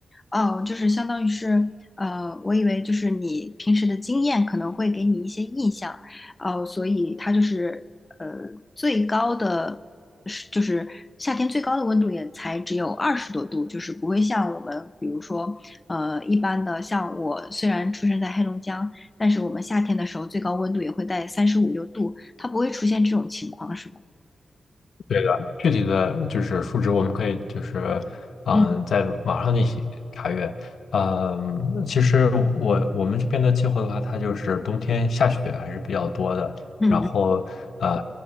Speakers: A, on the left; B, on the left.
A: 哦，就是相当于是，呃，我以为就是你平时的经验可能会给你一些印象，哦，所以它就是呃最高的是，就是夏天最高的温度也才只有二十多度，就是不会像我们比如说呃一般的，像我虽然出生在黑龙江，但是我们夏天的时候最高温度也会在三十五六度，它不会出现这种情况，是吗？
B: 对的，具体的就是数值，我们可以就是嗯、
A: 嗯
B: 呃在网上进行查阅。嗯、其实我我们这边的气候的话，它就是冬天下雪还是比较多的。
A: 嗯嗯
B: 然后呃，